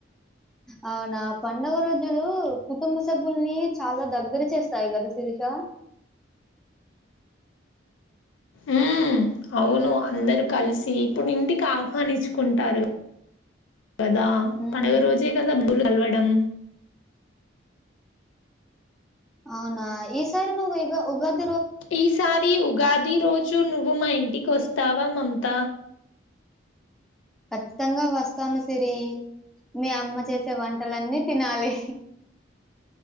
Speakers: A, in the centre; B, on the left.
A: అవునా పండుగ రోజులు కుటుంబ సభ్యుల్ని చాలా దగ్గర చేస్తాయి కదా శిరీష
B: ఉ అవును అందరూ కలిసి ఇప్పుడు ఇంటికి ఆహ్వానించుకుంటారు కదా
A: ఉమ్,
B: పండగ రోజే కదా <unintelligible> కలవడం
A: అవునా ఈసారి నువ్వు ఈ ఉగాద్
B: ఈసారి ఉగాది రోజు నువ్వు మా ఇంటికి కోస్తావా మమత
A: ఖచ్చితంగా వస్తాను సిరి మీ అమ్మ చేసే వంటలన్నీ తినాలి